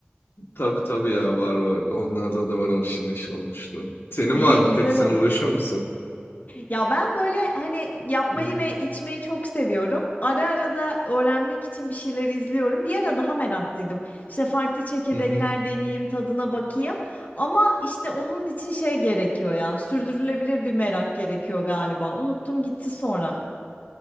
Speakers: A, on the left (about 65°); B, on the left (about 45°).
A: Tabii tabii ya var var onlarda da var arşın neşir olmuşluğu. Senin
B: İyi,
A: var mı
B: güzel
A: peki sen
B: o.
A: uğraşıyor musun?
B: Ya ben böyle hani yapmayı
A: Hı
B: ve içmeyi çok seviyorum. Ara ara da öğrenmek için bir şeyler izliyorum. Bir ara daha meraklıydım. İşte farklı çekirdekler
A: hı.
B: deneyeyim, tadına bakayım. Ama işte onun için şey gerekiyor ya. Sürdürülebilir bir merak gerekiyor galiba. Unuttum gitti sonra.